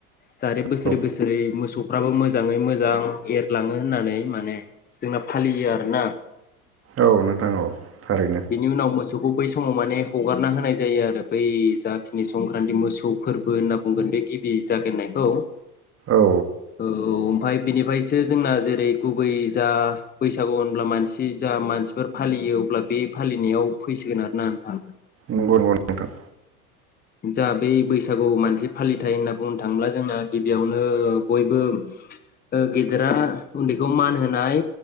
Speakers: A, on the left; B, on the right.
A: जाहाथे बोसोरै
B: औ
A: बोसोरै मोसौफ्राबो मोजाङै मोजां एरलाङो होननानै माने जोंना फालियो आरोना
B: औ नोंथां औ थारैनो
A: बिनि उनाव मोसौ मोसौखौ बै समाव माने हगारना होनाय जायो आरो बै जाखिनि संक्रान्ति मोसौ फोरबो होनना बुंगोन बे गिबि जागायनायखौ
B: औ
A: ओ ओमफाय बिनिफ्रायसो जोंना जेरै गुबै जा बैसागु होनब्ला मानसि जा मानसिफोर फालियो अब्ला बे फालिनायाव फैसिगोन आरो ना नोंथां
B: नंगौ नंगौ नोंथां
A: जा बै बैसागु मानसि फालिथाय होनना बुंनो थाङोब्ला जोंना गिबियावनो बयबो ओ गेदेरा उनदैखौ मान होनाय